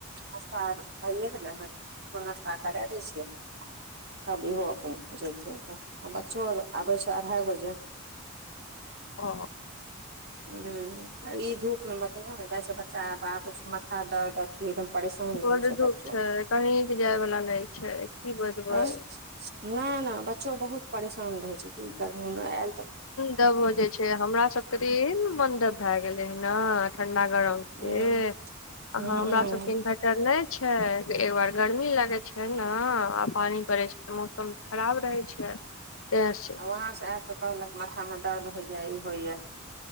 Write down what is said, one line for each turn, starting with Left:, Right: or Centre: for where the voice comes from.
Right: नाश्ता आर भऽ गेलै हँ, ओकरो नाश्ता करा दैत छी। तब इहो अपन जेथिन, तब बच्चो आर आबै छै अढ़ाई बजे।
Left: ओ
Right: हँ, ई धूपमे बच्चा बतबौ नहि जाइ छै, बच्चा आबै छै तऽ माथा दर्द होइ छै। कि एकदम परेशान
Left: बड
Right: रहै छै
Left: धूप
Right: बच्चो तब।
Left: कहीं भी जाय वाला नहि छै की बजबै
Right: हँ, नहि, बच्चो बहुत परेशान रहैत छै कि गर्मीमे आयल तऽ।
Left: तब ओ जे छै, हमरा सभके रहि ने मण्डप भऽ गेलै हे ने ठण्डा गरम। से
Right: ह
Left: अहाँ
Right: ह
Left: हमरा सभके इनभाइट र नहि छै जे, एकबार गर्मी लागै छै ने आ पानि पड़ै छै। मौसम तऽ खराब रहै छै तैंसे
Right: आ वहाँसँ आयब तऽ कहलक, माथामे दर्द होइए, ई होइए।